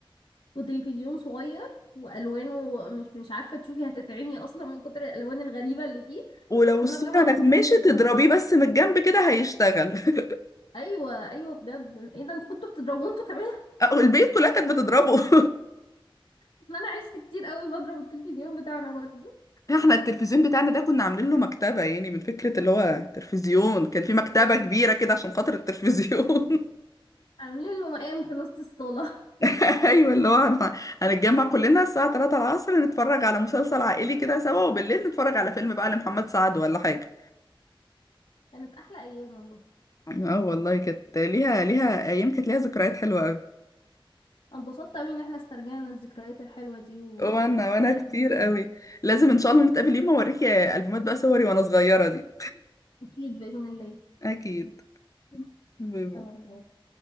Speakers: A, on the left; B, on the left.
A: وتلفزيون صغير وألوانه مش مش عارفة تشوفي هتتعمي أصلا من كتر الألوان الغريبة اللي فيه
B: ولو
A: بس كنا
B: الصوره
A: بنبقى
B: نغمشت
A: مبسوطين جدا
B: تضربيه
A: برضو
B: بس من الجنب كده هيشتغل <laughs>
A: أيوة أيوة بجد إيه ده انتوا كنتوا بتضربوا انتوا كمان
B: أو البيت كلها كانت بتضربه <laughs>
A: اصل انا عشت كتير قوي بضرب التلفزيون بتاعنا برضو
B: احنا التلفزيون بتاعنا ده كنا عاملين له مكتبه يعني من فكره اللي هو تلفزيون كان في مكتبه كبيره كده عشان خاطر التلفزيون <laughs>
A: عاملين له مقام في نص الصاله
B: <laughs> ايوه اللي هو هن- هنتجمع كلنا الساعة 3 العصر نتفرج على مسلسل عائلي كده سوا وبالليل نتفرج على فيلم بقى لمحمد سعد ولا حاجة
A: <laughs> كانت احلى ايام والله
B: اه والله كانت ليها ليها ايام كانت ليها ذكريات حلوة قوي
A: أنا اتبسطت قوي ان احنا استرجعنا الذكريات الحلوه دي وكانت
B: وانا وانا
A: مكالمه
B: كتير قوي
A: لذيذة.
B: لازم ان شاء الله نتقابل يوم اوريكي البومات بقى صوري وانا صغيرة دي
A: اكيد باذن الله
B: اكيد باي باي.
A: يلا باي باي